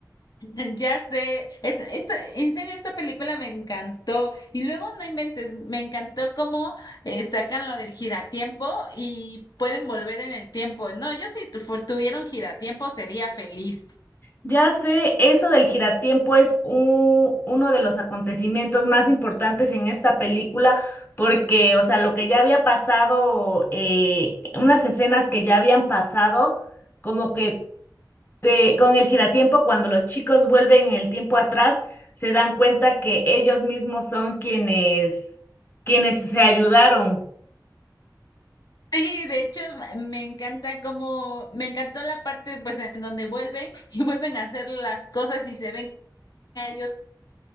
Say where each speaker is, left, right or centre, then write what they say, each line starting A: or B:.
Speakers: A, on the left (about 60°); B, on the left (about 30°).
A: <laughs> Ya sé, es, esta, en serio, esta película me encantó. Y luego no inventes, me encantó cómo eh, sacan lo del giratiempo y pueden volver en el tiempo. No, yo si tu- fu- tuviera un giratiempo sería feliz.
B: Ya sé, eso del giratiempo es u- uno de los acontecimientos más importantes en esta película, porque, o sea, lo que ya había pasado, eh, unas escenas que ya habían pasado, como que te- con el giratiempo, cuando los chicos vuelven el tiempo atrás, se dan cuenta que ellos mismos son quienes, quienes se ayudaron.
A: Sí, de hecho, me encanta como me encantó la parte pues en donde vuelven y <laughs> vuelven a hacer las cosas y se ven a ellos